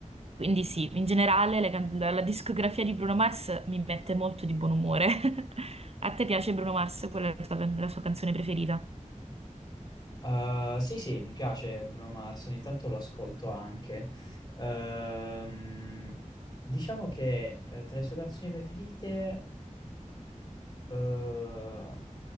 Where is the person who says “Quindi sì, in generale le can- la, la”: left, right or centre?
Right